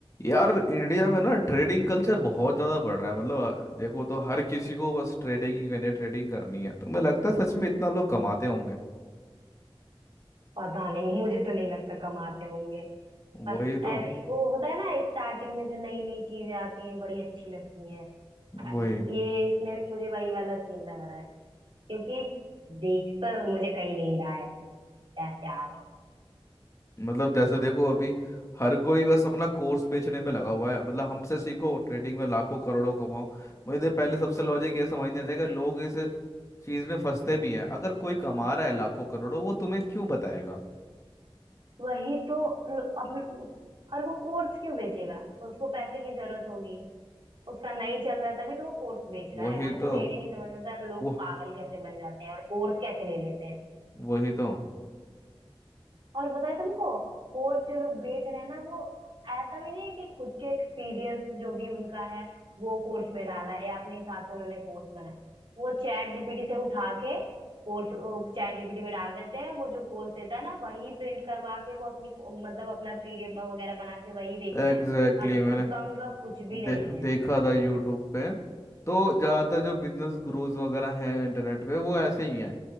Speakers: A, on the left; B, on the right.
A: यार इंडिया में ना ट्रेडिंग कल्चर बहुत ज़्यादा बढ़ रहा है मतलब अ, देखो तो हर किसी को बस ट्रेडिंग ही करनी है ट्रेडिंग करनी है तो मुझे लगता है सच में इतना लोग कमाते होंगे
B: पता नहीं मुझे तो नहीं लगता कमाते होंगे बस
A: वही तो
B: ऐ- वो होता है ना स्टार्टिंग में जो नई नई चीजें आती हैं बड़ी अच्छी लगती हैं
A: वही
B: ये इसमें भी मुझे वही वाला सीन लग रहा है क्योंकि देख तो मुझे कहीं नहीं रहा है पैसे आ रहे हैं
A: मतलब जैसे देखो अभी हर कोई बस अपना कोर्स बेचने में लगा हुआ है मतलब हमसे सीखो ट्रेडिंग में लाखों करोड़ों कमाओ मुझे तो पहले सबसे लॉजिक ये समझ नहीं आता कि लोग इस चीज़ में फंसते भी हैं अगर कोई कमा रहा है लाखों करोड़ों वो तुम्हें क्यों बताएगा
B: वही तो लो- अपना और वो कोर्स क्यों बेचेगा उसको पैसे की जरूरत होगी उसका नहीं चल रहा है तभी तो वो कोर्स बेच
A: वही
B: रहा है हमको
A: तो
B: तो ये नहीं समझ में आता यार लोग
A: वो
B: पागल कैसे बन जाते हैं और कोर्स कैसे ले लेते हैं
A: वही तो
B: और बताए तुमको कोर्स जो लोग बेच रहे हैं ना वो ऐसा भी नहीं है कि खुद के एक्सपीरियंस जो भी उनका है वो कोर्स में डाला है या अपने हिसाब से उन्होंने कोर्स बनाया वो चैट जीपीटी से उठा के कोर्स चैट जीपीटी में डाल देते हैं वो जो कोर्स देता है ना वही प्रिंट करवा के वो अपनी मतलब अपना पीडीएफ वगैरह बना के वही बेच
A: Exactly
B: रहे हैं बाकी
A: exactly, मैंने
B: खुद का उनका कुछ भी
A: दे,
B: नहीं है
A: देखा था यूट्यूब पे तो ज़्यादातर जो बिजनेस गुरुज वगैरह हैं इंटरनेट पे वो ऐसे ही हैं